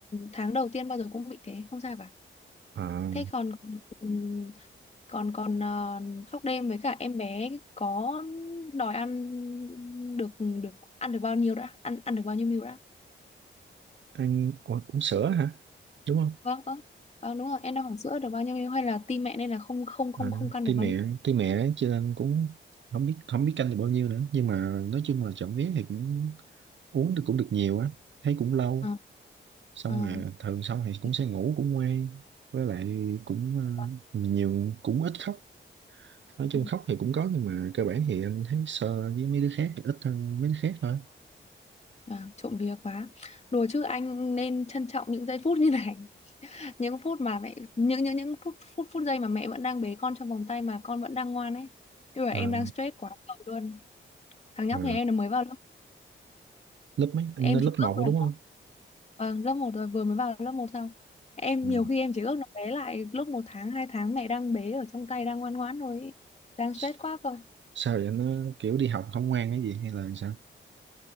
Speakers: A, on the left (about 30°); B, on the right (about 65°).
A: tháng đầu tiên bao giờ cũng bị thế không sao cả
B: à,
A: thế còn ừ, còn còn ờ, khóc đêm với cả em bé có đòi ăn được được ăn được bao nhiêu đã ăn ăn được bao nhiêu ml đã
B: ăn ủa, uống sữa hả đúng không
A: vâng ơ vâng đúng rồi em đang hỏi sữa được bao nhiêu ml hay là tim mẹ nên là không không không
B: à,
A: không căn
B: tuy
A: được
B: mẹ
A: bao nhiêu
B: tuy mẹ cho nên cũng không biết không biết canh được bao nhiêu nữa nhưng mà nói chung là chậm vía thì cũng uống được cũng được nhiều á thấy cũng lâu
A: à,
B: xong
A: à,
B: rồi thường xong thì cũng
A: thế
B: sẽ ngủ cũng ngoan với lại cũng ờ,
A: tốt quá.
B: nhiều cũng ít khóc nói chung
A: ừ.
B: khóc thì cũng có nhưng mà cơ bản thì anh thấy so với mấy đứa khác thì ít hơn mấy đứa khác thôi
A: vâng trộm vía quá đùa chứ anh nên trân trọng những giây phút như này <laughs> những phút mà mẹ những những những phút phút phút giây mà mẹ vẫn đang bế con trong vòng tay mà con vẫn đang ngoan ấy chứ mà
B: Ờ,
A: em đang stress quá rồi luôn thằng nhóc
B: ờ.
A: nhà em nó mới vào lớp
B: lớp mấy anh
A: em
B: lên lớp
A: chỉ ước
B: một rồi
A: là
B: đúng không
A: vâng lớp một rồi vừa mới vào lớp một xong em
B: ừ.
A: nhiều khi em chỉ ước nó bé lại lúc một tháng hai tháng mẹ đang bế ở trong tay đang ngoan ngoãn rồi ấy. đang stress
B: S-
A: quá cơ
B: sao vậy nó kiểu đi học không ngoan cái gì hay là sao